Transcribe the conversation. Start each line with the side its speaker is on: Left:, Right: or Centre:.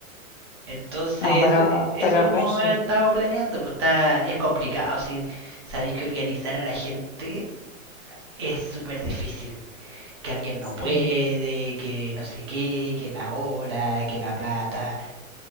Right: Entonces,
Left: no, pero,
Right: eh, eso
Left: pero
Right: hemos
Left: regio,
Right: estado planeando, pues está, es complicado. Si sabéis que organizar a la gente es súper difícil. Que alguien no
Left: sí.
Right: puede, que no sé qué, que la hora, que la plata,